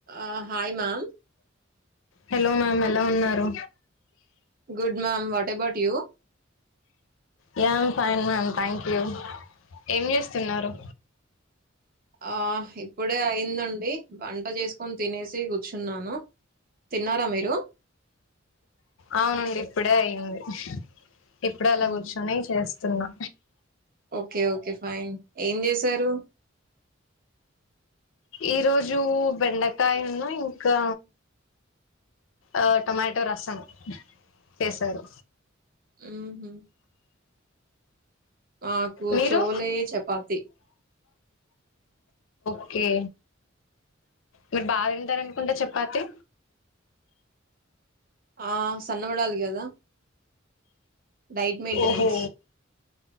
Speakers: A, on the right; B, on the left.
A: ఆ hi ma'am
B: hello ma'am ఎలా ఉన్నారు
A: good ma'am what about you
B: య్య I fine ma'am thank you ఏం చేస్తున్నారు
A: ఆ ఇప్పుడే అయ్యిందండి వంట చేసుకొని తినేసి కూర్చున్నాను తిన్నారా మీరు
B: అవునండి ఇప్పుడే అయింది ఇప్పుడే అలా
A: మ్మ్.
B: కూర్చొని చేస్తున్నా
A: ఓకే ఓకే ఫైన్ ఏం చేశారు
B: ఈ రోజు బెండకాయ ఉన్నా ఇంకా ఆ టొమాటో రసం చేసారు
A: మ్మ్హ్మ్. నాకు
B: మీరు
A: చోలే చపాతి
B: ఓకే మీరు బాగా తింటారు అనుకుంటా చపాతి
A: ఆ సన్నబడాలి కదా డైట్ మెయింటెనెన్స్
B: ఓహో